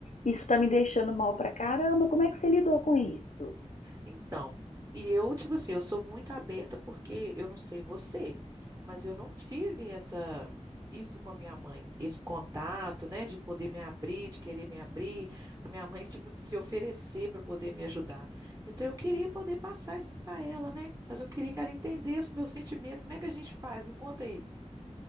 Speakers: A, on the left; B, on the right.
A: isso tá me deixando mal pra caramba. Como é que você lidou com isso?
B: Então, e eu, tipo assim, eu sou muito aberta porque eu não sei você, mas eu não tive essa isso com a minha mãe, esse contato, né, de poder me abrir, de querer me abrir, a minha mãe tipo se oferecer para poder me ajudar. Então eu queria poder passar isso para ela, né? Mas eu queria que ela entendesse meu sentimento. Como é que a gente faz? Me conta aí.